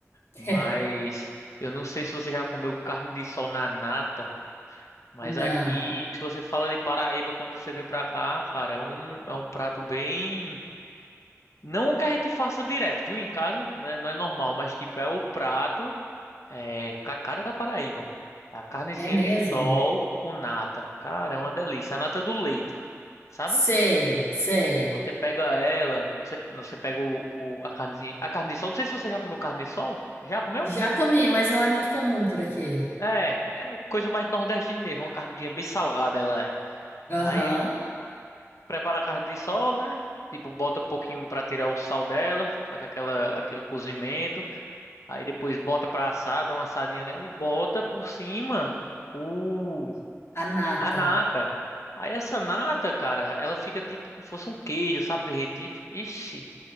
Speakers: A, on the left; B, on the left.
A: <laughs>
B: Mas eu não sei se você já comeu carne de sol na nata, mas
A: Não.
B: aqui, se você fala de Paraíba quando você vem pra cá, cara, é um, é um prato bem Não que a gente faça direto, viu? Em casa, né? Não é normal, mas tipo, é o prato é, com a cara da Paraíba. É A carnezinha
A: É mesmo?
B: de sol com nata. Cara, é uma delícia. A nata do leite, sabe?
A: Sei, sei.
B: Você pega ela, você, você pega o, o- a carnezinha. A carne de sol, não sei se você já comeu carne de sol. Já comeu?
A: Já comi, mas não é muito comum por aqui.
B: É, é coisa mais nordestina mesmo. Uma carninha bem salgada ela é.
A: Aham.
B: Aí prepara a carne de sol, né? Tipo, bota um pouquinho pra tirar o sal dela, faz aquela, aquele cozimento. Aí depois bota pra assar, dá uma assadinha nela e bota por cima o
A: A nata.
B: a nata. Aí essa nata, cara, ela fica tipo como se fosse um queijo, sabe, derretido. Ixi,